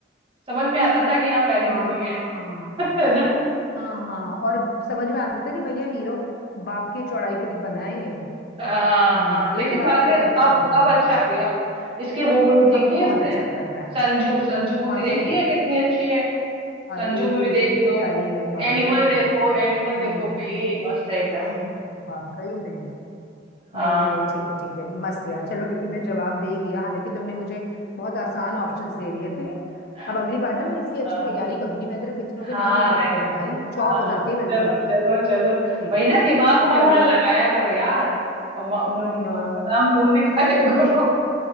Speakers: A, on the right; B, on the left.
A: समझ में आता था कि हाँ पहली
B: हाँ
A: मूवी है <laughs> है ना
B: हाँ हाँ और समझ में आता था कि भैया हीरो बाप की चौड़ाई पे बना है ये
A: हाँ
B: हम्म
A: हाँ
B: लेकिन
A: लेकिन
B: बाद
A: बाद
B: में
A: में
B: करने
A: अब
B: लग गया
A: अब
B: था
A: अच्छा किए अब इसकी वो मूवी देखी
B: अब तो
A: है
B: बहुत
A: तुमने
B: अच्छा करता है
A: संजू संजू मूवी
B: कौन
A: देखी
B: सी
A: है कितनी अच्छी है
B: अरे
A: संजू मूवी देख
B: कितनी
A: लो
B: प्यारी है वाकई
A: एनिमल
B: में
A: देखो एनिमल
B: हम्म
A: देखो
B: हम्म,
A: भाई मस्त है एकदम
B: वाकई में
A: हाँ
B: नहीं नहीं नहीं ठीक है ठीक है मस्त यार चलो लेकिन मैं जवाब दे ही दिया हालांकि तुमने मुझे बहुत आसान ऑप्शंस दे दिए थे
A: हाँ
B: अब अगली बार ना मैं इसकी अच्छी
A: हाँ
B: तैयारी करूंगी मैं जरा पिक्चरों
A: हाँ
B: के नाम याद
A: यार,
B: करूं भाई चौप
A: हाँ
B: हो
A: हाँ
B: जाती है बिल्कुल
A: चलो चलो चलो
B: ठीक
A: वही
B: है
A: ना
B: ना
A: दिमाग उमाग
B: चलो
A: थोड़ा लगाया करो यार और म- मुंह-
B: आई नो
A: बादाम तुम भी खाया करो